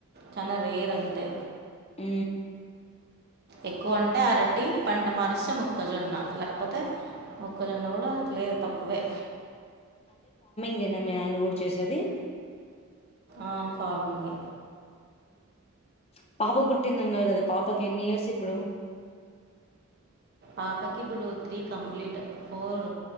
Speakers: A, on the right; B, on the left.
A: చాలా రేర్ అంతే
B: ఉ
A: ఎక్కువ అంటే అరటి పంట మారస్త ముక్కజొన్న లేకపోతే మొక్కలున్న కూడా అ లేదు తక్కువే
B: ఇదినా మీ ఆయన్న కూడా చేసేది
A: ఆ ఫార్మింగ్
B: ఉపాప పుట్టింది అన్నారు కదా పాపకి ఎన్ని ఇయర్స్ అప్పుడు
A: పాపకి ఇప్పుడు త్రీ కంప్లీట్ ఫోర్